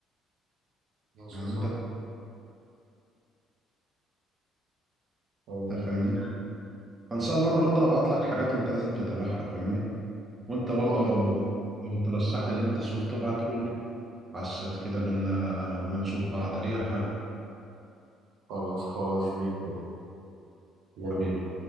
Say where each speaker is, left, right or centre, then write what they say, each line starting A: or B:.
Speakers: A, on the right; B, on the right.
A: ماشي
B: يعني
A: يا صاحبي
B: انت
A: آه،
B: أنت فاهمني فان شاء الله انا برضه هبعت لك حاجات انت لازم تتابعها فاهمني وانت برضه
A: باي.
B: لو لو ترشح لي اللي انت شفته ابعتهولي على الشات كده بينا ما نشوف بعض اي حاجة
A: خلاص خلاص زي الفل يلا.
B: حبيبي